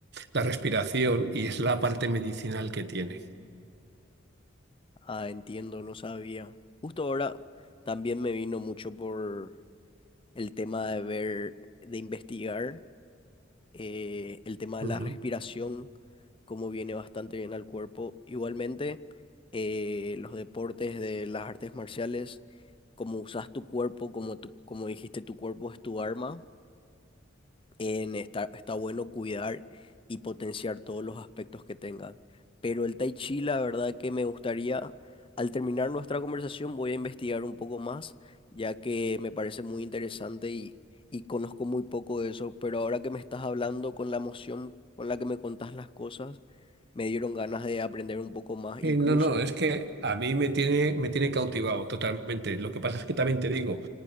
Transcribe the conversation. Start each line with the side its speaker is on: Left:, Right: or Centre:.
Right: la respiración y es la parte medicinal que tiene.
Left: Ah, entiendo, no sabía. Justo ahora también me vino mucho por el tema de ver, de investigar. eh, el tema de
Right: Ujú.
Left: la respiración, cómo viene bastante bien al cuerpo. Igualmente, eh, los deportes de las artes marciales, cómo usas tu cuerpo, como tú, como dijiste, tu cuerpo es tu arma en está, está bueno cuidar y potenciar todos los aspectos que tengan. Pero el Tai Chi, la verdad que me gustaría, al terminar nuestra conversación, voy a investigar un poco más, ya que me parece muy interesante y, y conozco muy poco de eso. Pero ahora que me estás hablando con la emoción con la que me contás las cosas, me dieron ganas de aprender un poco más.
Right: Sí,
Left: Incluso
Right: no, no, es que a mí me tiene, me tiene cautivado totalmente. Lo que pasa es que también te digo,